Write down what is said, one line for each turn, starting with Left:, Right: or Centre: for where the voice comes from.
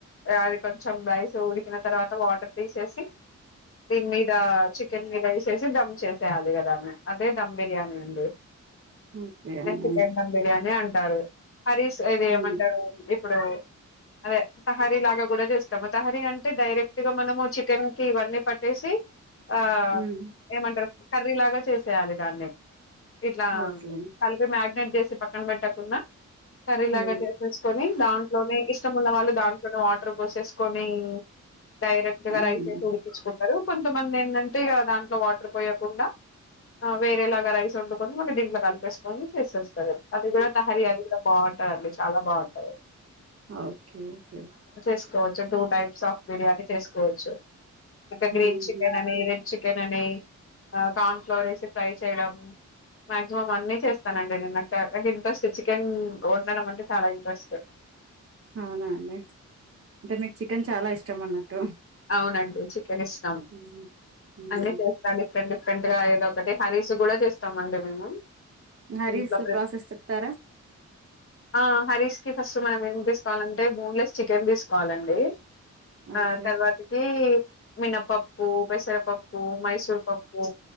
Left: ఆ కొంచెం రైస్ ఉడికిన తర్వాత వాటర్ తీసేసి దీని మీద చికెన్ మీద వేసేసి దమ్ చేసేయాలి కదామె అదే దమ్ బిర్యానీ అండి
Right: ఓకే అండి
Left: న ఎ బిర్యానీ అంట సారు హరీస్ ఇది
Right: మ్మ్
Left: ఏమంటారు ఇప్పుడు అదే సహారీలాగా కూడా చేస్తాము తహారీ అంటే డైరెక్ట్ గా మనము చికెన్ కి ఇవన్నీ పట్టేసి ఆ
Right: మ్మ్
Left: ఏమంటారు కర్రీ లాగా చేసి ాలిదాన్నే ఇట్లా
Right: ఓకే
Left: కల్ మ్యాగ్నెట్ చేసి పక్కన పెట్టకుంన్నా కర్రీలాగా
Right: మ్మ్
Left: చేసేసుకొని దాంట్లోనే ఇష్టము ఉన్న వాళ్ళు దాంట్లోనే వాట టర్ పోసేసుకొని డైరెక్ట్ గా
Right: మ్మ్
Left: రైస్ వేసి ఉడికించుకుంటారు కొంచెం కొంతమంది ఏంటంటే ఇక దాంట్లో వాటర్ పోయకుండా వేరేలాగా రైస్ వండుకొని మళ్ళీ దీంట్లో కలిపేసుకొని చేసేస్తారు అది కూడా తహారీ అది కూడా బాగుంటది అండి చాలా బాగుంటాయి
Right: ఓకే ఓకే
Left: చేసుకోవచ్చు టూ టైప్స్ ఆఫ్ బిర్యానీ చేసుకోవచ్చు ఇంకా గ్రీన్
Right: ఉహు.
Left: చికెన్ అని రెడ్ చికె చికెన్ అని కార్న్ ఫ్లోర్ వేసి ఫ్రై చేయడం మాక్సిమం అన్ని చేస్తానండి నేను నాకు చ నా ఇంట్రెస్ట్ చికెన్ వండడం అంటే చాలా ఇంట్రెస్ట్
Right: అవునా అండి అంటే మీకు చికెన్ చాలా ఇష్టం అన్నట్టు
Left: అవునండి చి కెన్ ఇష్టం
Right: ఉహు, ఉహు.
Left: అన్ని చేస్తా డిఫరెంట్ డిఫరెంట్ డిఫరెంట్ గా ఏదొ ఒకటి హరీస్ కూడా చేస్తామ అండి మేము
Right: హరీస్
Left: ఇంట్లో ప్ర
Right: ప్రాసెస్ చెప్తారా
Left: ఆ హరీస్ కి ఫస్ట్ మనం ఏం తీసుకోవాలింటే బోన్లెస్ చికెన్ తీసుకోవాలండి
Right: ఓకే
Left: ఆ తర్వాత ఈ మినపప్పు పెసరపప్పు మైసూర్ పప్పు